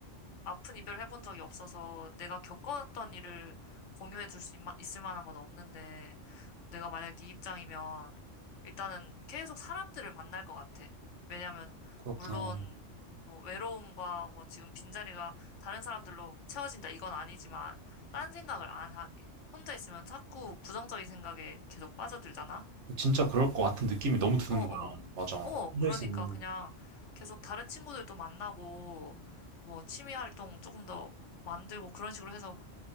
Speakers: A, on the left (about 75°); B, on the right (about 70°).
A: 아픈 이별 해본 적이 없어서 내가 겪었던 일을 공유해 줄 수 있을 만한 건 없는데 내가 만약 네 입장이면 일단은 계속 사람들을 만날 것 같아. 왜냐면
B: 그렇구나.
A: 물론 뭐 외로움과 뭐 지금 빈자리가 다른 사람들로 채워진다 이건 아니지만 딴 생각을 안 하게. 혼자 있으면 자꾸 부정적인 생각에 계속 빠져들잖아.
B: 진짜 그럴 것 같은 느낌이 너무 드는
A: 어어.
B: 거야. 맞아.
A: 어, 어,
B: 혼자
A: 그러니까
B: 있으면,
A: 그냥 계속 다른 친구들도 만나고, 뭐, 취미 활동 조금 더 만들고 그런 식으로 해서